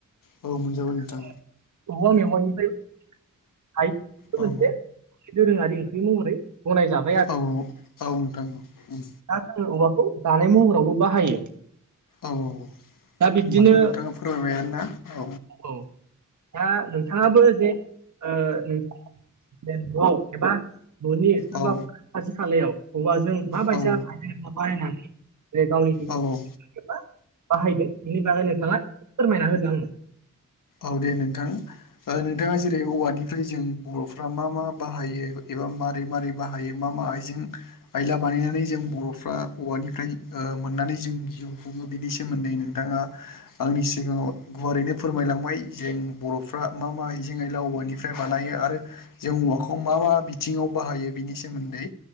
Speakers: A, on the left; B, on the right.
A: औ मोनजाबाय
B: <inaudible>
A: नोंथां
B: औवा मेवाइनिफ्रायबो हायो बो
A: औ
B: मोनसे दोरोङारि ओंख्रि महरै गनाय जाबाय।
A: औ औ औ नोंथां औ उम।
B: दा जोङो औवाखौ जानाय महरावबो बाहायो।
A: औ
B: दा
A: होमबाथ'
B: बिब्दिनो
A: नोंथाङा फोरमायबायानो ना औ
B: औ। दा नोंथाङाबो जे ओ <inaudible> न' एबा न'नि सोरबा
A: औ
B: खाथि खालायाव औवाजों माबायसा
A: औ
B: <unintelligible> बानायनानै बे गावनि
A: औ औ
B: <unintelligible> बाहायदों। बेनि बागै नोंथाङा एसे फोरमायदो आंनो।
A: औ दे नोंथां। ओ नोंथाङा जेरै औवानिफ्राय जों बर'फ्रा मा मा बाहायो एबा मारै मारै बाहायो मा मा आइजें आइला बानायनानै जों बर'फ्रा औवानिफ्राय ओ मोननानै जों जिउ खुङो बिदि सोमोन्दै नों थाङा आंनि सिगाङाव गुवारैनो फोरमायलां बै जे बर'फ्रा मा मा आइजें आइल औवानिफ्राय बानायो आरो जों औवाखौ मा मा बिथिङाव बाहायो बिनि सोमोन्दै